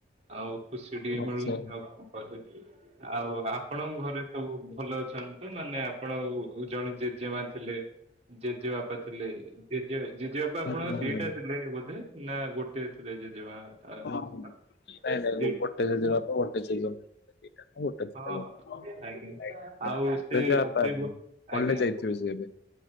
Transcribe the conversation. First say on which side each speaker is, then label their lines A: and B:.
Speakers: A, on the right; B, on the left.
A: ଆଉ। ଖୁସି ଟିକେ
B: ଆଚ୍ଛା
A: ମିଳୁନି ଆଉ କଣ କରିବି। ଆଉ ଆପଣଙ୍କ ଘରେ ସବୁ ଭଲ ଅଛନ୍ତି ତ ନା। ଆପଣ ଜଣେ ଜେଜେମା ଥିଲେ ଜେଜେବା ପା ଥିଲେ ଜେଜେ ଜେଜେ ବାପା ଆପଣଙ୍କ
B: ଆଚ୍ଛା
A: ଦିଟା
B: ଆଚ୍ଛା
A: ଥିଲେ ବୋଧେ ନା ଗୋଟେ ଥିଲେ ଯେ ଆ
B: ନାଇଁ
A: ଆ,
B: ନାଇଁ
A: ଦିଟା।
B: ଗୋଟେ ଜେଜେବାପା ଗୋଟେ ଜେଜେମା <unintelligible>
A: ଆ, ହଁ ଆଜ୍ଞା ଆଉ ସେ ସେ ବ- ଆଜ୍ଞା
B: ଯାଇଥିବେ ହଁ